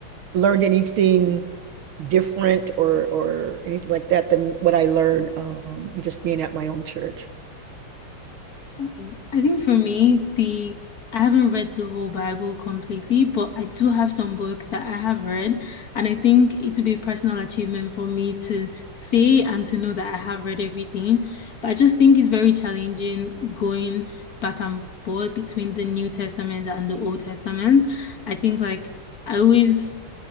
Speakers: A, on the right (about 70°); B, on the left (about 45°).
A: learned anything different or or anything like that than what I learned um, just being at my own church.
B: Okay. I think for me, the I haven't read the whole Bible completely, but I do have some books that I have read, and I think it would be a personal achievement for me to say and to know that I have read everything. But I just think it's very challenging going back and forth between the New Testament and the Old Testament. I think like I always